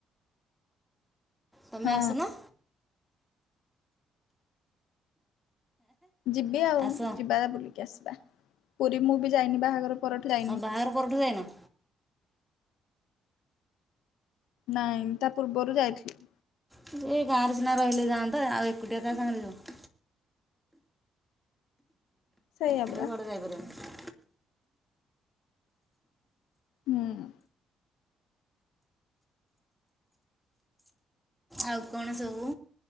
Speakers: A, in the centre; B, on the left.
A: ତମେ
B: ହଁ
A: ଅସୁନ?
B: ଯିବି ଆଉ
A: ଆସ
B: ଯିବା ବୁଲିକି ଆସିବା ପୁରୀ ମୁଁ ବି ଯାଇନି ବାହାଘର ପରଠୁ ଯାଇନି
A: ହଁ ବାହାଘର ପରଠୁ ଯାଇନ?
B: ନାଇଁ ତା ପୂର୍ବରୁ ଯାଇଥିଲି।
A: ସେ ଗାଁରେ ସିନା ରହିଲେ ଯାଆନ୍ତ ଆଉ ଏକୁଟିଆ କା ସାଙ୍ଗରେ ଯିବ।
B: ସେଇଆ
A: ସେଟା
B: ପରା
A: କୁଆଡେ ଯାଇ ପାରିବନି।
B: ହୁଁ।
A: ଆଉ କଣ ସବୁ